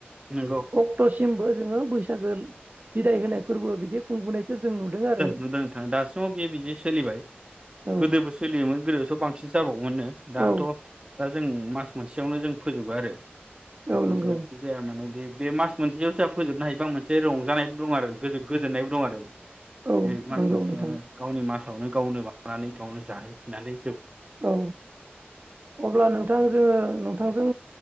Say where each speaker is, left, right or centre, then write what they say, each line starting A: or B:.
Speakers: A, on the right; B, on the right.
A: नंगौ
B: अक्टसिम बो जोङो बैसागो बिदाय होनाय फोरबो बिदि खुंबोनायखौ जों नुदों आरो
A: नुदों नोंथां दासिमाव बियो बिदि सोलिबाय
B: औ
A: गोदोबो सोलियोमोन गोदोथ बांसिनसो जाबावोमोन नो दाथ
B: औ
A: जों मास मोनसेयावनो जों फोजोबो आरो जिखौ
B: औ नंगौ
A: जेरावखि जाया होननानै बे बे मास मोनसे सोहा फोजोबनो हायोबा आं मोनसे रंजानायबो दं आरो गोजो गोजोननायबो दंआरो
B: औ
A: बे मास
B: नंगौ
A: मोनसेयावनो
B: नोंथां
A: गावनि मास गावनो गावनो बानानै गावनो जाहै फिननानै
B: औ अब्ला नोंथां जोङो नोंथांजों
A: औ